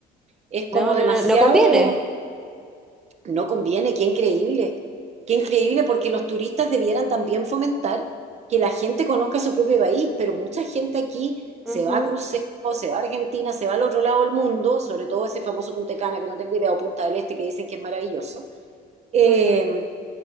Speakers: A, on the right (about 40°); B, in the centre.
A: Es como
B: No, no,
A: demasiado,
B: no, no conviene.
A: no conviene, qué increíble. Qué increíble porque los turistas debieran también fomentar que la gente conozca su propio país, pero mucha gente aquí se
B: Ujú,
A: va a crucero, se va a Argentina, se va al otro lado del mundo, sobre todo ese famoso Punta Cana que no tengo idea, o Punta del Este que dicen que es maravilloso, eh,
B: ujú.